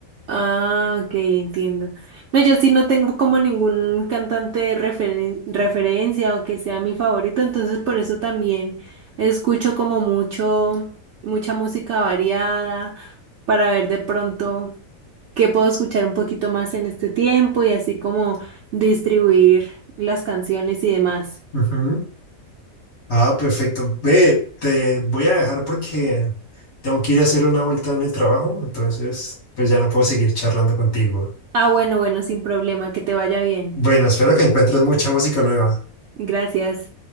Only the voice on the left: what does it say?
Ujú. Ah, perfecto. Ve, te voy a dejar porque tengo que ir a hacer una vuelta en el trabajo, entonces, pues ya no puedo seguir charlando contigo.
Bueno, espero que encuentres mucha música nueva.